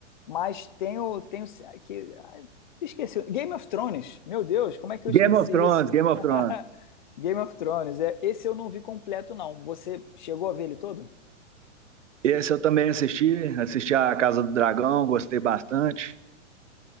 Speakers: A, on the left (about 40°); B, on the right (about 75°).
A: Mas tem o tem o que ai, esqueci Game of Thrones. Meu Deus, como é que
B: Game
A: eu esqueci
B: of Thrones,
A: isso?
B: Game of
A: <laughs>
B: Thrones.
A: Game of Thrones. É, esse eu não vi completo não. Você chegou a ver ele todo?
B: Esse eu também assisti, assisti a Casa do Dragão, gostei bastante.